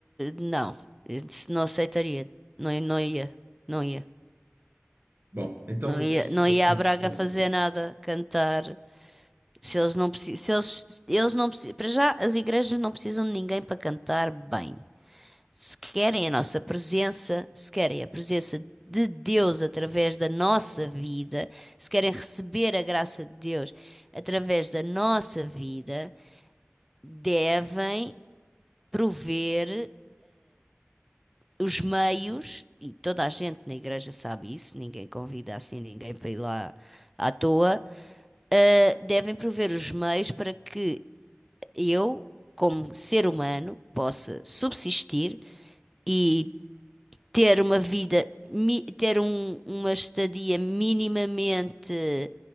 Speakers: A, in the centre; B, on the right.
A: não. Isso não aceitaria. Não, não ia. Não ia.
B: Bom, então,
A: Não ia,
B: pois,
A: não ia
B: assim
A: à Braga
B: sobre.
A: fazer nada, cantar. Se eles não precisam, se eles, eles não precisam, para já as igrejas não precisam de ninguém para cantar bem. Se querem a nossa presença, se querem a presença de Deus através da nossa vida, se querem receber a graça de Deus através da nossa vida, devem prover. os meios, e toda a gente na igreja sabe isso, ninguém convida assim ninguém para ir lá à toa, ah, devem prover os meios para que eu, como ser humano, possa subsistir e ter uma vida, mi- ter um- uma estadia minimamente